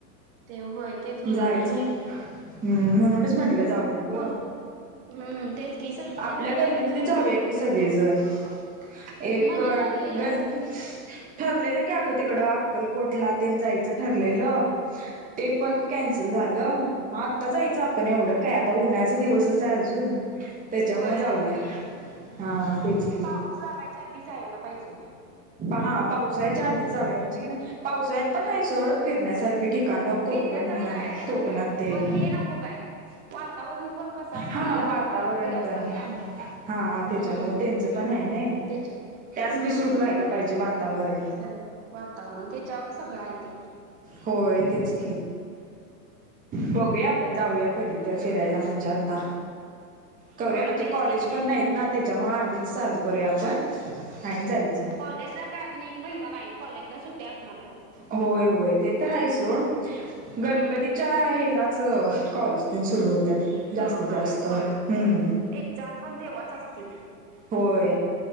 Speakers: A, on the right (about 45°); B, on the right (about 15°).
A: ते होय तेच होणार
B: जायचं
A: आहे
B: हम्म म्हणूनच म्हंटलं जाऊ जाऊया गं
A: कोण हम्म तेच की सगळी जण
B: आपल्या गल्लीतली
A: गेलं का नाही
B: जाऊया
A: मग
B: की सगळेजण
A: हम्म
B: एक
A: मधी ठरलेलं
B: गल्ली ठरलेलं की अगं तिकड अक्कलकोटला तेन जायचं ठरलेलं ते पण
A: हम्म.
B: कॅन कॅन्सल झालं मग आता जायचं आपण एवढं काय आता उन्हाळचा दिवसच आहे अजून त्याच्यामुळे
A: होय
B: जाऊया
A: अजून
B: हा तेच की
A: पाऊस लागायच्या आधी जायला पाहिजे
B: हा पावसाच्या आधीच जाऊया म्हणजे की नाही
A: हा
B: पावसाळत पण हाय सोड फिरण्यासारखे ठिकाण कोकण
A: फिरण्यासारखं
B: म्हण
A: आहे.
B: कोकणात तेल
A: पण हे नको काय वातावरण पण कसं असते
B: हा
A: लहान
B: वातावरण
A: बाळ वगैरे असतात
B: पण
A: त्यामुळे
B: हा त्याच्यामुळे
A: हम्म
B: त्यांच पण आहे ना
A: त्याच्या
B: त्याचनी
A: हम्म
B: सूट व्हायला. पाहिजे वातावरण
A: स वातावरण त्याच्यावर सगळं आहे ते
B: होय तेच बघूया आपण जाऊया कधी तर फिरायला म्हणजात. करूया
A: होय
B: म्हणजे
A: तेच
B: कॉलेज
A: की
B: पण नाही. ना त्याच्यामुळे आधीच चालू करूया आपण आणि जायचं.
A: कॉलेजला काय अजून एक महिना नाही, कॉलेजला सुट्टी असणार आहेत.
B: होय होय ते तर आहेय सोड गणपतीच्या
A: हम्म
B: हेलाच कॉलेज सुरू होत्या.
A: सुरू
B: जास्तीत
A: होणार
B: जास्त
A: आहेत
B: हम्म.
A: होय एक्झाम पण तेव्हाच असतील.
B: होय